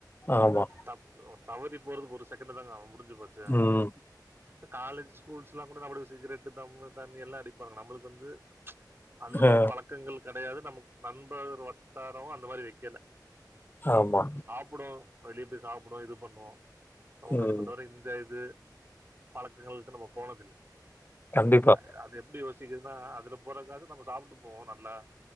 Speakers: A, on the left; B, on the right.
A: ஆமா.
B: தப் தவறி போறதுக்கு ஒரு செகண்ட் தாங்க ஆவு முடிஞ்சு போச்சு
A: ம்
B: இப்ப காலேஜ் ஸ்கூல்ஸ்லாம் கூட நம்மடது சிகரெட் தம்மு தண்ணி எல்லா அடிப்பானுங்க நம்மளுக் கு வந்து அந்த மாரி
A: அ.
B: பழக்கங்களுக் கெடையாது நமக் நண்பர் வட்டாரமு அந்த மாரி வைக்கல
A: ஆமா
B: புடு வெளிய போய் சாப்டு இது பண்ணு ரவுண்ட்
A: ம்.
B: அடிப்போந்தவிர இந்த இது பழக்கங்களுக்கு நம்ம போனதில்ல
A: கண்டிப்பா.
B: ய அது எப்டி யோசிக்குதுன்னா அதுல போறதுக்காவது நம்ம சாப்ட்டு போவோ நல்லா